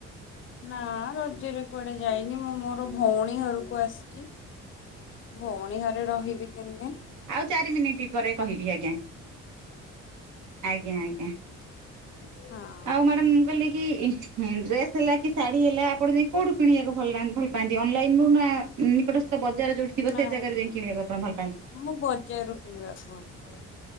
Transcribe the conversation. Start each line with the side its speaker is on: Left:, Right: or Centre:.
Left: ନା ରଜରେ କୁଆଡେ ଯାଇନି ମୁଁ ମୋର ଭଉଣୀ ଘରକୁ ଆସିଚି। ଭଉଣୀ ଘରେ ରହିବି ତିନି ଦିନି।
Right: ଆଉ ଚାରି ମିନିଟ୍ ପରେ କହିବି ଆଜ୍ଞା। ଆଜ୍ଞା ଆଜ୍ଞା।
Left: ହଁ।
Right: ମ୍ୟାଡ଼ାମ ମୁଁ କହିଲି କି ଏଇ ଡ୍ରେସ ହେଲା କି ଶାଢୀ ହେଲା ଆପଣ ଯାଇ କୋଉଠୁ କିଣିଆକୁ ଭଲା ଭଲ ପା ପାନ୍ତି ଅନଲାଇନ ରୁ ନା ନିକଟ ତ ବଜାର ଯୋଉଠି ଥିବ
Left: ନାଇଁ
Right: ସେ ଜାଗାରୁ
Left: ନାଇଁ
Right: ଯାଇ କିଣିବାକୁ ଆପଣ ଭଲ ପାଆନ୍ତି?
Left: ମୁଁ ବଜାରରୁ କିଣିବାକୁ ଭଲ ପାଏ